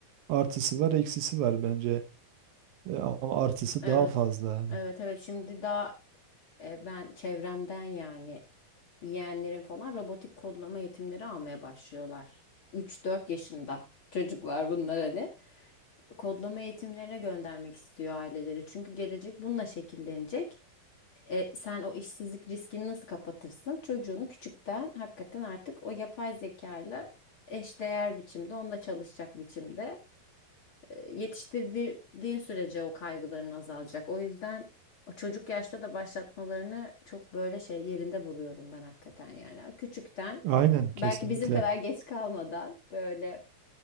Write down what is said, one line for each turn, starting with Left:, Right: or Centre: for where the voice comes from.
Right: Artısı var, eksisi var bence. E, ama artısı
Left: Evet.
Right: daha fazla yani.
Left: Evet evet. Şimdi daha e, ben çevremden yani yeğenlerin falan robotik kodlama eğitimleri almaya başlıyorlar. Üç dört yaşında çocuklar bunlar hani. Kodlama eğitimlerine göndermek istiyor aileleri. Çünkü gelecek bununla şekillenecek. E, sen o işsizlik riskini nasıl kapatırsın? Çocuğunu küçükten hakikaten artık o yapay zekayla eşdeğer biçimde, onunla çalışacak biçimde e, yetiştirdiğin sürece o kaygıların azalacak. O yüzden o çocuk yaşta da başlatmalarını çok böyle şey yerinde buluyorum ben hakikaten yani. Küçükten
Right: Aynen kesinlikle.
Left: belki bizim kadar geç kalmadan böyle